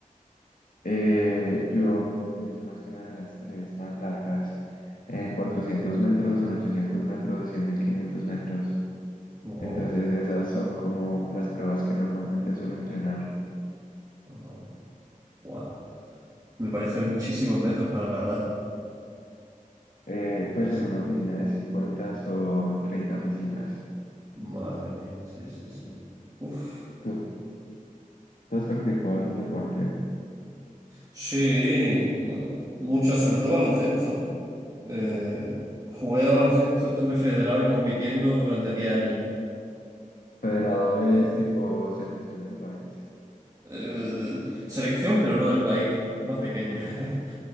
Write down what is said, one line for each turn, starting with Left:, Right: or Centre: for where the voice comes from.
Left: Eh, yo me especializo más que nada en las tres más largas, en 400 metros, en 800 metros y en 1500 metros.
Right: Wow.
Left: Entonces esas son como las pruebas que normalmente suelo entrenar.
Right: Ah, buah. Me parece muchísimos metros para nadar.
Left: Eh, pues
Right: Sí,
Left: en
Right: sí.
Left: una piscina de 50 son 30 piscinas.
Right: Madre mía, sí, sí, sí. Uf.
Left: ¿Tú, tú has practicado algún deporte?
Right: Sí, bueno, mucho, sobre todo baloncesto. Eh, jugué a baloncesto, estuve federado y compitiendo durante 10 años.
Left: Federado es
Right: Eh,
Left: tipo selección del país.
Right: eh, selección, pero no del país, más pequeño.
Left: Ok,
Right: <laughs>